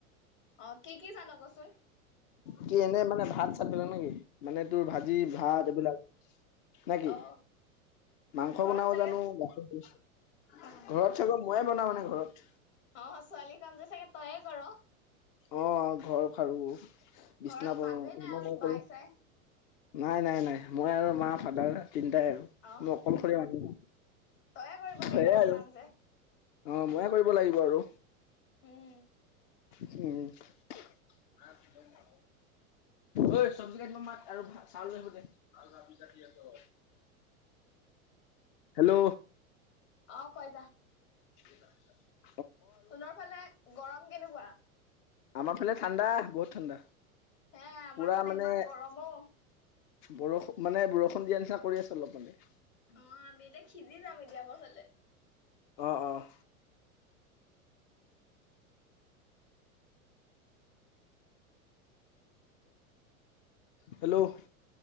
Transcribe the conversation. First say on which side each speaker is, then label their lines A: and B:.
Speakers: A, on the left; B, on the left.
A: অ কি কি জান কচোন?
B: কি এনেই মানে ভাত - চাতবিলাক নেকি মানে তোৰ ভাজি, ভাত এইবিলাক? নে কি?
A: অ।
B: মাংস
A: ঘৰত
B: বনাব
A: চাগে
B: জানো <unintelligible> ঘৰত
A: অ
B: চাগৈ ময়ে বনাওঁ মানে ঘৰত।
A: অ ছোৱালীৰ কামটো চাগে তইয়ে কৰ।
B: অ ঘৰ সাৰো,
A: ঘৰত
B: বিচনা পাৰো
A: মানুহে
B: এইবিলাক
A: নাই আৰু
B: মইয়ে
A: বাই
B: কৰো।
A: চাই
B: নাই নাই নাই, মই আৰু মা, ফাদাৰ তিনটাই আৰু।
A: অ
B: মই অকলশৰীয়া মানুহ
A: তয়ে কৰিব
B: সেয়ে
A: লাগে
B: আৰু।
A: কাম যে
B: অ ময়ে কৰিব লাগিব আৰু।
A: উম।
B: উম। মাত সিহঁতকো আক। ঐ চব্জি কাটিব মাত আৰু ভা চাউল লৈ আহিব দে <unintelligible> হেল্ল'?
A: অ কয় যা?
B: কেইটা হিচাপ?
A: তোহঁতৰ ফালে গৰম কেনেকুৱা?
B: আমাৰ ফালে ঠাণ্ডা বহুত ঠাণ্ডা,
A: হে আমাৰ
B: পুৰা
A: ফালে
B: মানে
A: ইমান গৰম অ
B: বৰষ মানে বৰষুণ দিয়া নিচিনা কৰি আছে অলপ মানে।
A: অ', আমি এতিয়া সিজি যাম এতিয়া আমাৰ ফালে।
B: অ', অ'। হেল্ল'?